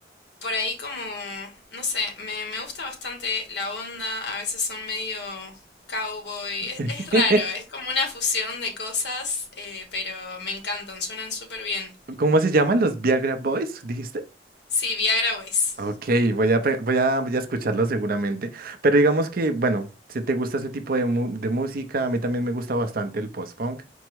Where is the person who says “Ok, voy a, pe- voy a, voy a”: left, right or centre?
Right